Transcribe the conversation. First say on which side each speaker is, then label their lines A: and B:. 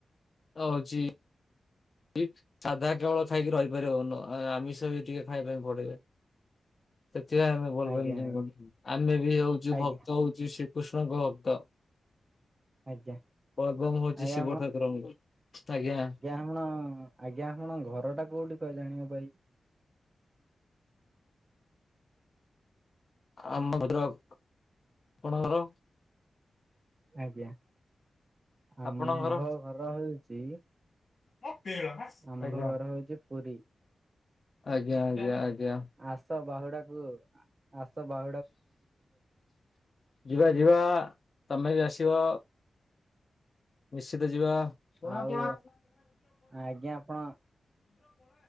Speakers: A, on the left; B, on the right.
A: ହଉଛି କି ସାଧା କେବଳ ଖାଇକି ରହିପାରିବନ ଆମିଷ ବି ଟିକେ ଖାଇବା ପାଇଁ ପଡିବେ ସେଥିପାଇଁ ଆମେ ଭଲପ
B: ଆଜ୍ଞା
A: ଆମେ ବି ହଉଛୁ
B: ଆଜ୍ଞା
A: ଭକ୍ତ ହଉଛୁ ଶ କୃଷ୍ଣଙ୍କହତ
B: ଆଜ୍ଞା ଆଜ୍ଞା
A: ପର୍ବମ ହଉଛି
B: ଆଜ୍ଞା
A: ଶିବ ଠାକୁରଙ୍କୁ ଆଜ୍ଞା
B: ଆପଣ ଆଜ୍ଞା ଆପଣ ଘର ଟା କୋଉଠି କହିଲେ ଜାଣିବ ଭ
A: ଆମ ଘର ଆପଣଙ୍କର
B: ଆଜ୍ଞା ଆମ୍ଭ
A: ଆପଣଙ୍କର?
B: ଘର ହଉଛି
A: ଆଜ୍ଞା
B: ଆମ୍ଭ ଘର ହଉଛି ପୁରୀ
A: ଆଜ୍ଞା ଆଜ୍ଞା ଆଜ୍ଞା
B: ଆସ ବାହୁଡାକୁ ଆସ ବା
A: ଯିବା ଯିବା ତମେ ବି ଆସିବ ନିଶ୍ଚିତ ଯିବା
B: ଆଉ
A: ଆଜ୍ଞା
B: ଆଜ୍ଞା ଆପଣ